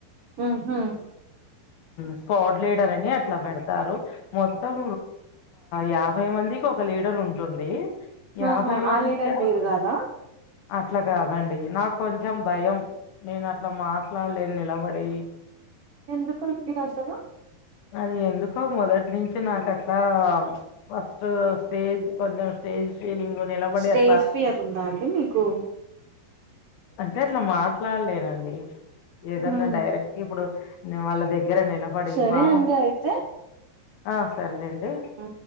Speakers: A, on the right; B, on the left.
A: ఉహు
B: స్క్వాడ్ లీడర్ అని అట్లా పెడతారు మొత్తం
A: ఉహు
B: యాభై మందికి ఒక లీడర్ ఉంటుంది యాభై
A: ఆహా
B: మందికీ
A: ఆ లీడర్ మీరు కాదా
B: అట్లా కాదు అదండి నాకు కొంచెం భయం నేను అట్లా మాట్లాడలేని నిలబడి
A: ఎందుకుండి అసలు
B: అది ఎందుకో మొదటి నుంచి నాకు అట్లా వష్ట స్టేజ్ కొంచెం స్టేజ్ ఫీలింగ్ నిలబడి
A: స్టేజ్
B: అట్లా
A: ఫియర్ ఉందా అండి మీకు
B: అంటే అట్లా మాట్లాడలేనండి ఏదన్నా
A: ఉమ్
B: డైరెక్ట్ ఇప్పుడు వాళ్ళ దగ్గర నిలబడి
A: సరే
B: మామలు
A: అండి అయితే
B: ఆ సరేలేండీ
A: ఆ